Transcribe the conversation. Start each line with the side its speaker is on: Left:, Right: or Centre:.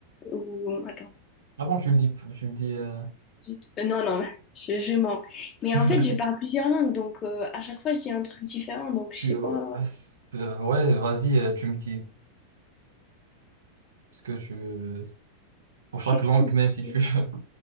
Left: Ou... Attends,
Right: Ah bon, tu le dis, tu le dis. euh,
Left: Zut. Euh, non, non, <laughs> je, je mens. Mais
Right: <laughs>
Left: en fait, je parle plusieurs langues, donc euh, à chaque fois, je dis un truc différent, donc
Right: tu,
Left: je sais
Right: euh,
Left: pas...
Right: s- euh, ouais, vas-y, euh, tu me dis ce que tu. veux, Pour chaque
Left: Qu'est-ce
Right: langue,
Left: que c'est?
Right: même si tu veux. <laughs>